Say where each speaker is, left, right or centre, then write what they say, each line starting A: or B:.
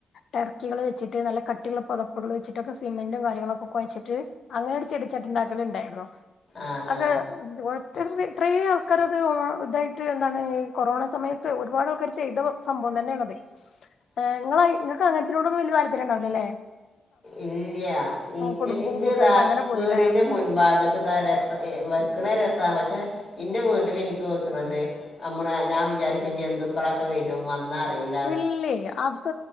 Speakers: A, on the left; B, on the left.
A: ടർക്കികൾ വെച്ചിട്ട് നല്ല കട്ടിള്ള പൊതപ്പുകൾ വച്ചിട്ടൊക്കെ സിമന്റും കാര്ങ്ങളൊക്കെ കൊയച്ചിട്ട്. അങ്ങനൊരു ചെടിച്ചട്ടി ഇണ്ടാക്കല് ഇണ്ടായിരുന്നു
B: ആ
A: അത്
B: ആ
A: ഒത്തി ഇത്ര ആൾക്കാരത് ഇതായിട്ട് എന്താണ് ഈ കൊറോണ സമയത്ത് ഒരുപാട് ആൾക്കാർ ചെയ്ത സംഭവം തന്നെയാണ് അത്. ഏഹ് നിങ്ങള് നിങ്ങക്ക് അങ്ങൻ തിനോടൊന്നും വല്ല്യ താല്പര്യം ഇണ്ടാവുലല്ലേ.
B: ഇല്ല ഇൻക്ക്
A: കുടുംബവും
B: ഇൻക്ക്താ
A: കൂട്ടായിട്ട് അങ്ങനെ പോയില്ലേ
B: വീടിന്റെ മുൻഭാഗത്ത് ദാ രസ വെക്ണ് രസാ പക്ഷെ ഇന്റെ വീട്ടില് ഇൻക്ക് വെക്ക്ണത്. നമ്മള് ഞാൻ വിചാരിക്കും ജന്തുക്കളൊക്കെ വരും വന്നാറിയും
A: ഇല്ലില്ല അത്